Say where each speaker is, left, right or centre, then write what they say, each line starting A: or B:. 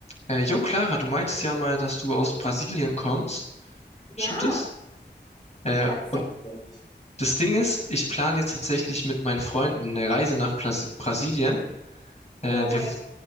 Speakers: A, on the left; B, on the left.
A: Äh, jo, Clara, du meintest ja mal, dass du aus Brasilien kommst.
B: Ja,
A: Stimmt das? Äh,
B: tatsächlich.
A: und das Ding ist, ich plane jetzt tatsächlich mit meinen Freunden eine Reise nach Plas Brasilien. Äh,
B: No
A: wir,
B: way.